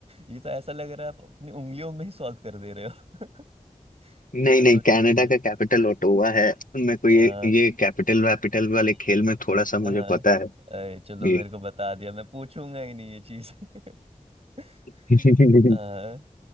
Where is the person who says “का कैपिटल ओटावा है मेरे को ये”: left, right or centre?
Left